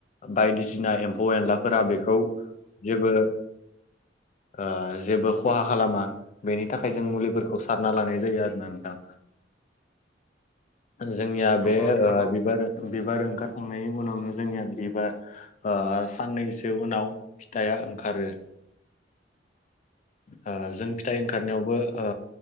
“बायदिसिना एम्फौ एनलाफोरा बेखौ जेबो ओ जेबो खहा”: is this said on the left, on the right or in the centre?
Left